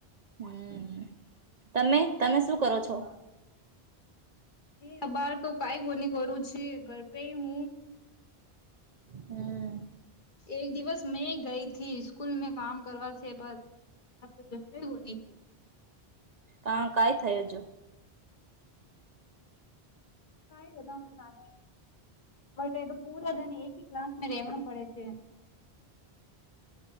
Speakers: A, on the right; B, on the left.
A: હમ્મ, તમે તમે શું કરો છો?
B: એ આ બાર તો કઈ ગોલી કરું છે ઘર પે હું
A: હમ્મ.
B: એક દિવસ મેં ગઈ થી સ્કૂલ મે કામ કરવા છે પર આ તો જશ બની છે.
A: તા કાઈ થયોજો.
B: કાય ના બટ એ પૂરા દને એકી ક્લાસ મેવા પડે છે.